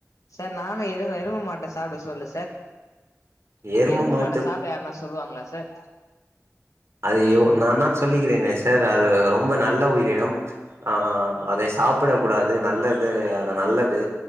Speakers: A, on the left; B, on the right.
A: சர் நானு எருவ எருமமாட்ட சாப்ட சொல்ல சர்
B: எரும
A: எரும்
B: மாட்டு
A: மாட சாப்ட யார்னா சொல்லுவாங்ளா சர்
B: அதுயோ நாந்தான் சொல்லிக்கிறேனே சர் அது ரொம்ப நல்ல உயிரினம் அ அதை சாப்பிட கூடாது நல்லதே அத நல்லது